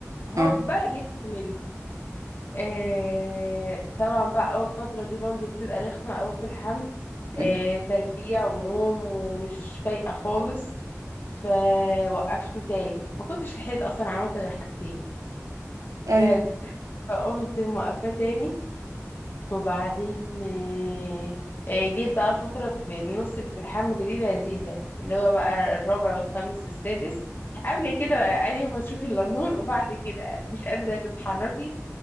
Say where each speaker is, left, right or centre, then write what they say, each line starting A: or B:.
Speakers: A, on the left (about 45°); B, on the right (about 85°).
A: هوبا
B: اه
A: جيت كملت آه، طبعا بقى اول فتره دي برضو بتبقى رخمه أوي في الحمل
B: <laughs>
A: آه،
B: أمم.
A: ترجيع ونوم ومش فايقه خالص فوقفته تاني ما كنتش لحقت اصلا عملت غير حاجتين
B: ايوه
A: بجد فقمت موقفاه تاني وبعدين آه، آه، جيت بقى الفتره في النص اللي في الحمل دي لذيذه اللي هو بقى الرابع والخامس والسادس قبل كده عيني ما تشوفي الا النور وبعد كده مش قادره تتحركي